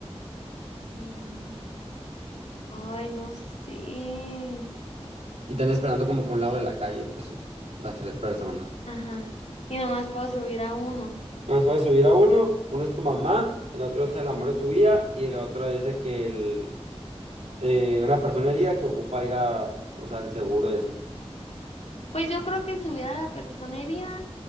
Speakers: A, on the left; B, on the right.
A: Mm, ay, no sé.
B: Y están esperando como que a un lado de la calle, pues las tres personas.
A: Ajá. Y nomás puedo subir a uno.
B: Nos puedes subir a uno, uno es tu mamá, el otro es el amor de tu vida y el otro es de que el, eh, una persona herida que ocupa ir a, o sea, el seguro y así.
A: Pues yo creo que subir a la persona herida